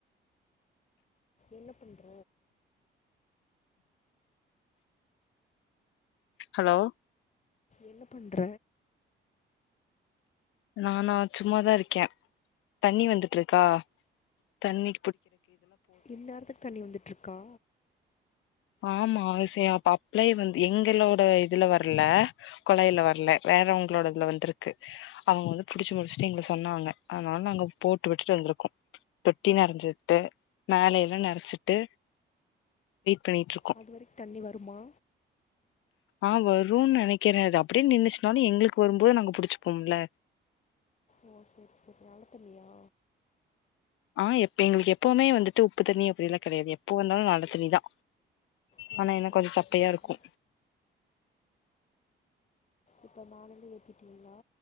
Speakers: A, on the left; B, on the left.
A: என்ன பண்ற
B: ஹலோ
A: என்ன பண்ற
B: நானா சும்மாதா இருக்கே தண்ணி வந்துட்டு இருக்கா தண்ணி
A: இந்நேரத்துக்கு தண்ணி வந்துட்டு இருக்கா
B: ஆமா அவசியம் அப்ளே வந்து எங்களோட இதுல வர்ல கொலாயில வர்ல வேறவங்களோட இதுல வந்துருக்கு அவங்க வந்து புடிச்சி முடிச்சிட்டு எங்கள சொன்னாங்க அதனால நாங்க போட்டு விட்டுட்டு வந்திருக்கோ தொட்டி நெரஞ்சிட்டு மேல எல்லா நெறச்சிட்டு பண்ணிட்டு இருக்கோ
A: அது வரை தண்ணி வருமா
B: அ வரும்னு நெனைக்கிறே அது அப்டியே நின்னுச்சுனாலு எங்களுக்கு வரும்போது நாங்க புடிச்சு போம்ல
A: ஓ செரி செரி நல்ல தண்ணி யா
B: அ எப்ப எங்களுக்கு எப்வுமே வந்துட்டு உப்பு தண்ணி அப்டிலா கெடையாது எப்ப வந்தாலு‌ நல்ல தண்ணிதா
A: ஓ
B: ஆனா என்ன
A: சரி
B: கொஞ்சோ
A: சரி
B: சப்பையா
A: சரி
B: இருக்கு
A: இப்ப மேலையு ஏத்திட்டிங்களா